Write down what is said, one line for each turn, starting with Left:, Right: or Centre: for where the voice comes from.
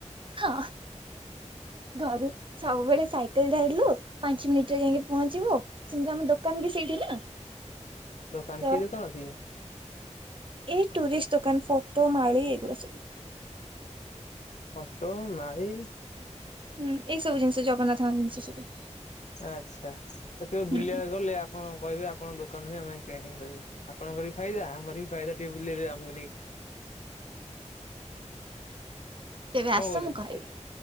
Right: ହଁ ଘରୁ। ସବୁବେଳେ ସାଇକେଲରେ ଜାଇଥିଲୁ ପାଞ୍ଚ ମିନିଟରେ ଯାଇକି ପହଞ୍ଚିବୁ। ସେମିତି ଆମ ଦୋକାନ ବି ସେଇଠି ନା।
Left: ଦୋକାନ
Right: ତ
Left: କି ଦୋକାନ ଅଛି କି।
Right: ଏଇ ଟୁରିଷ୍ଟ ଦୋକାନ ଫୋଟୋ ମାଳିି ଏଇଗୁଡ଼ା ସବୁ।
Left: ଫଟୋ ମାଳି
Right: ହୁଁ ଏଇ ସବୁ ଜିନିଷ ଜଗନ୍ନାଥଙ୍କ ଜିନିଷ ସବୁ।
Left: ଆଚ୍ଛା କେବେ
Right: ହୁଁ
Left: ବୁଲିବାକୁ ଗଲେ ଆପଣଙ୍କୁ କହିବି ଆପଣଙ୍କ ଦୋକାନରେ ଆମେ କିଣାକିଣି କରିବୁ। ଆପଣଙ୍କର ବି ଫାଇଦା ଆମର ବି ଫାଇଦା ଟିକେ ବୁଲେଇଲେ ଆମକୁ ନେଇ।
Right: କେବେ
Left: କଣ
Right: ଆସ
Left: କହୁଛନ୍ତି?
Right: ମୁଁ କହିବି